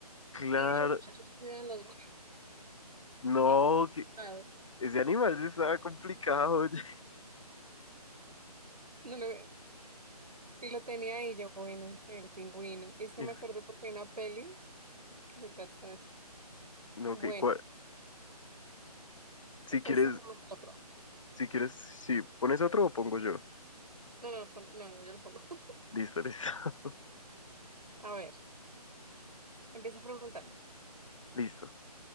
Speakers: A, on the left; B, on the right.
A: Claro,
B: Y los machos cuidan los huevos
A: no,
B: y comen pescado.
A: que ese animal sí estaba complicado, oye.
B: No lo, y lo tenía ahí yo, bueno, el pingüino. Y es que
A: <laughs>
B: me
A: Eh,
B: acordé porque hay una peli que se trata de eso.
A: No,
B: Bueno,
A: que cua- Si
B: entonces
A: quieres,
B: vamos a otro.
A: si quieres, si pones otro o pongo yo.
B: No, no, pon- no, no, yo lo pongo. <laughs>
A: Listo, listo. <laughs>
B: A ver. Empieza preguntando.
A: Listo.